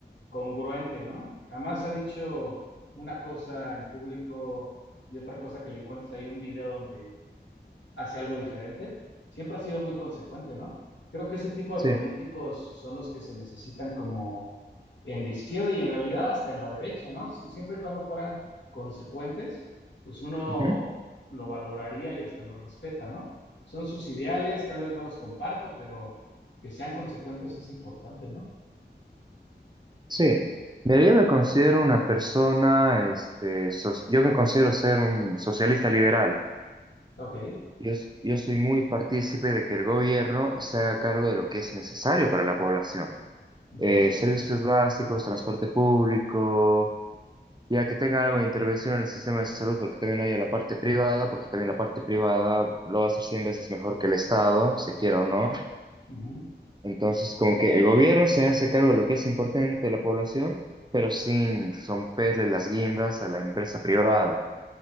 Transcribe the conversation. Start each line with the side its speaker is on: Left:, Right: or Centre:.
Left: congruente, ¿no? Jamás ha dicho una cosa en público y otra cosa que le encuentres ahí un video donde hace algo diferente, siempre ha sido muy consecuente, ¿no? Creo que ese tipo de
Right: Sí,
Left: políticos son los que se necesitan como en la izquierda y en realidad hasta en la derecha, ¿no? Si- siempre y cuando fueran consecuentes, pues uno
Right: ujú,
Left: lo valoraría y hasta lo respeta, ¿no? Son sus ideales, tal vez no los comparto, pero que sean consecuentes es importante, ¿no?
Right: sí. Mira, yo me considero una persona, este, so- yo me considero ser un socialista liberal.
Left: Ok,
Right: Yo, s- yo soy muy partícipe de que el gobierno se haga cargo de lo que es necesario para la población.
Left: Ujú,
Right: Eh, servicios básicos, transporte público, ya que tenga algo de intervención en el sistema de salud, porque también haya la parte privada, porque también la parte privada lo va a hacer 100 veces mejor que el Estado, se quiera o no.
Left: ujú.
Right: Entonces, como que el gobierno se hace cargo de lo que es importante de la población, pero sin romperle las guindas a la empresa privada.